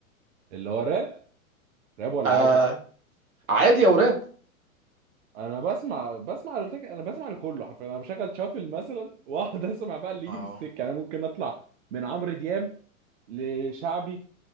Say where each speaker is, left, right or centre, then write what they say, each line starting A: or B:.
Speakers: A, on the right; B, on the right.
A: اللي هو راب راب ولا
B: ولا
A: عادي
B: عادي او راب
A: انا بسمع بسمع التك... انا بسمع لكله حرفيا انا بشغل شافل مثلا <laughs> واقعد اسمع بقى اللي
B: اه
A: يجي في السكه انا ممكن اطلع من عمرو دياب لشعبي